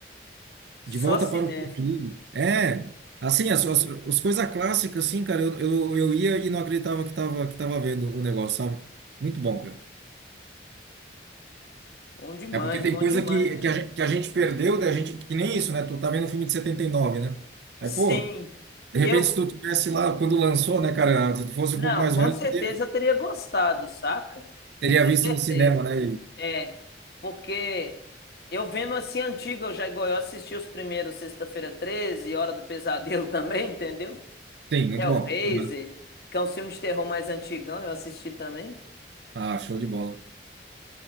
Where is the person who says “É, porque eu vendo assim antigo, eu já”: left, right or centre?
Left